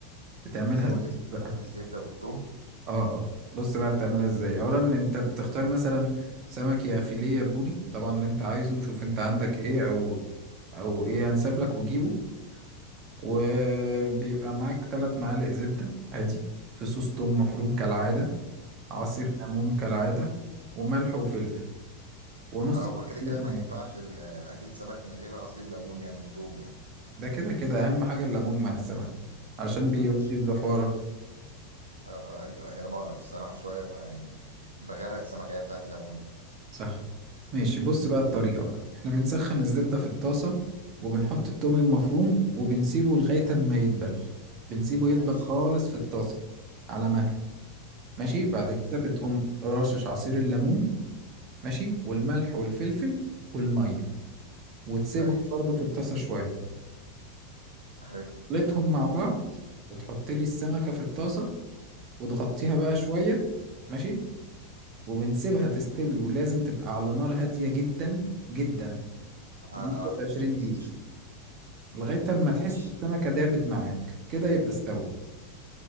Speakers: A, on the right; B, on the right.
A: بتعملها
B: سمك
A: إزاي
B: بالز-
A: بقى
B: بالزبده والثوم
A: اه اه بص بقى بتعملها ازاي اولا انت بتختار مثلا سمك يا فيليه يا بوري طبعا اللي انت عايزه شوف انت عندك ايه او او ايه انسب لك وجيبه وبيبقى معاك ثلاث معالق زبدة عادي في صوص توم مفروم كالعادة عصير ليمون كالعادة وملح وفلفل ونص
B: اه هو
A: كوباية
B: كده كده ما
A: مية
B: ينفعش ال- آه، اكلة سمك من غير عصير ليمون يعني وتوم يعني
A: ده كده كده اهم حاجة الليمون مع السمك عشان بيودي
B: اه مش-
A: الزفارة
B: آه، ايوه أيوة، انا بعرف الصراحة شوية فيعني بغرق السمكة هي بتاعتي ليمون
A: صح ماشي بص بقى الطريقة بقى احنا بنسخن الزبدة في الطاسة وبنحط التوم المفروم وبنسيبه لغاية ما يدبل بنسيبه يدبل
B: ماشي
A: خالص في الطاسة على مهله ماشي بعد
B: حلو
A: كده بتقوم رشش عصير الليمون ماشي والملح والفلفل والمية وتسيبهم
B: ايوه
A: برضه في الطاسة شوية
B: حلو
A: خلطهم مع بعض وتحط لي السمكة في الطاسة وتغطيها بقى شوية ماشي وبنسيبها تستوي ولازم تبقى على نار هادية جدا جدا
B: اه
A: لمدة
B: آه،
A: 20
B: اكيد
A: دقيقة لغاية اما
B: ماشي
A: تحس السمكة دابت معاك كده يبقى استوت